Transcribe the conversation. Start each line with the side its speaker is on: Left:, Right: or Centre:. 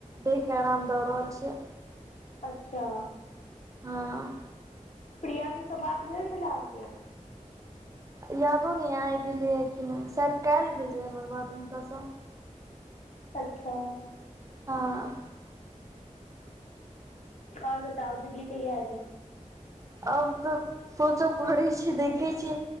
Right: देह के आराम द रहल छियै
Left: अच्छा
Right: हँ
Left: प्रिया दी सँ बात भेल छलै अहाँके?
Right: यादो नहि आइ भेलै य कि नहि शायद काल्हि भेल रहे हमर बात हुनकाँ स
Left: अच्छा
Right: हँ
Left: ओर बताउ दिल्ली कहिया एबै?
Right: आब तऽ सोचे पड़ै छै देखै छियै